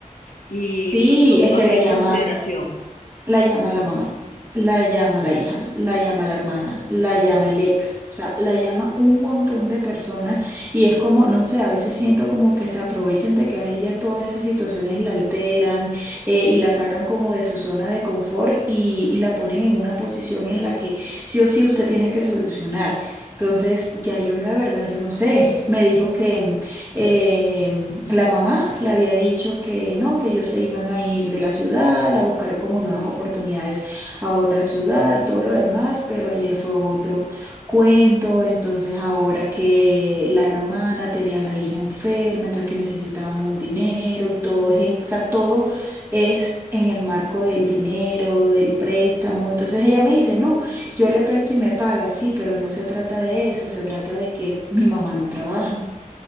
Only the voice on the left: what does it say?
y
pues no,
no
tiene
consideración.